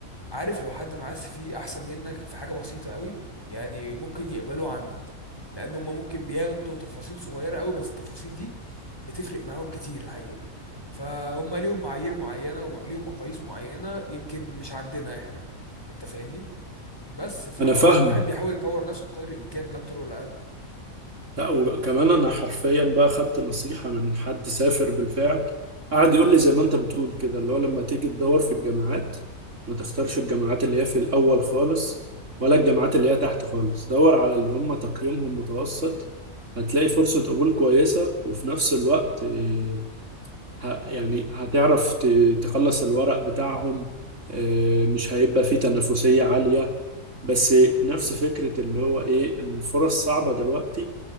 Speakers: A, on the left; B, on the right.
A: عارف لو حد معاه فيه احسن منك في حاجه بسيطه قوي يعني ممكن يقبلوا عنك لان هم ممكن بياخدوا تفاصيل صغيره قوي بس التفاصيل دي بتفرق معاهم كتير الحقيقه فهم ليهم معايير معينه وليهم مقاييس معينه يمكن مش عندنا احنا انت فاهمني بس فالواحد
B: انا فاهمك
A: بيحاول يطور نفسه بقدر الامكان لا اكتر ولا اقل
B: لا وكمان انا حرفيا بقى خدت نصيحة من حد سافر بالفعل قعد يقول لي زي ما انت بتقول كده اللي هو لما تيجي تدور في الجامعات ما تختارش الجامعات اللي هي في الاول خالص ولا الجامعات اللي هي تحت خالص دور على اللي هم تقييمهم متوسط هتلاقي فرصة قبول كويسة وفي نفس الوقت إيه، ه- يعني هتعرف ت- تخلص الورق بتاعهم إيه، مش هيبقى فيه تنافسية عالية بس نفس فكرة اللي هو ايه الفرص صعبة دلوقتي